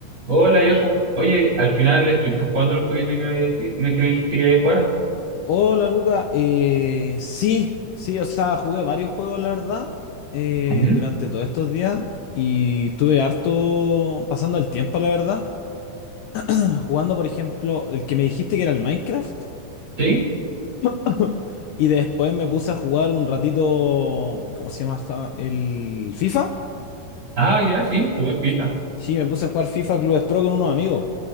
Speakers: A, on the right; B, on the left.
A: Hola, Yosa. Oye, al final estuviste jugando el jueguito que me, había dici- me- que me dijiste que había jugado, ¿no?
B: Hola Luca, Eh, sí, sí, o sea, jugué varios juegos, la verdad, eh,
A: Ujú.
B: durante todos estos días y estuve harto pasando el tiempo, la verdad, <clears throat> jugando, por ejemplo, el que me dijiste que era el Minecraft
A: ¿Sí?
B: <laughs> y después me puse a jugar un ratito, ¿cómo se llama esta? El FIFA.
A: Ah, ya, sí, jugué FIFA.
B: Sí, me puse a jugar FIFA Clubes Pro con unos amigos.